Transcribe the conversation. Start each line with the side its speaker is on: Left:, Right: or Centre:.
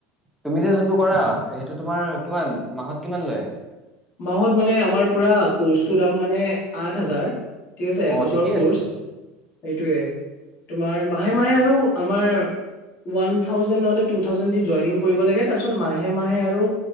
Centre: তুমি যে যোনটো কৰা সেইটো তোমাৰ কিমান মাহত কিমান লয়
Left: মাহত মানে আমাৰ পুৰা কৰ্চটোৰ দাম মানে আঠ হাজাৰ ঠিক আছে এবছৰৰ
Centre: অ', ঠিকেই
Left: কৰ্চ
Centre: আছে চোন
Left: সেইটোয়ে তোমাৰ মাহে মাহে আৰু আমাৰ ওৱান থাউজেনড নহলে টু থাউজেনড দি জইনিং কৰিব লাগে তাৰপিছত মাহে মাহে আৰু